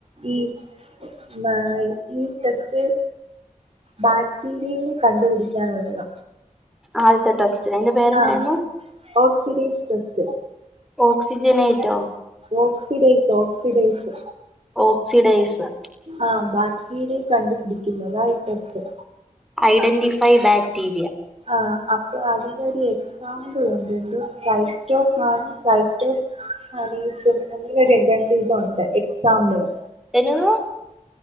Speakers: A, on the right; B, in the centre.
A: ഈ മ ഈ ടെസ്റ്റ് ബാക്ടീരിയയെ കണ്ടുപിടിക്കാനുള്ളത
B: ആദ്യത്തെ ട്രസ്റ്റ് അതിന്റെ പേര്ന്നായിരുന്നു
A: ആ ഓക്സിഡേസ് സ്റ്റ്
B: ഓക്സിജനെട്ടോ
A: ഓക്സിഡേസ് ഓക്സിഡേസ്
B: ഓക്സിഡൈസ്
A: ആഹ് ബാക്ടിറിയേ കണ്ടപിടിക്കുന്നത ഇ ടെസ്റ്റ്
B: ഐഡന്റിഫൈ ബാക്ടീരിയ
A: ആഹ് അപ്പൊ അതി ഒരു സാമ്പുളുണ്ട് എ ഫൈറ്റോൻ ഫൈറ്റ ഹഫ് അങ്ങെ രണ്ട് ഇതു ഉണ്ട് എക്സാമ്പിള്
B: എന്നതാ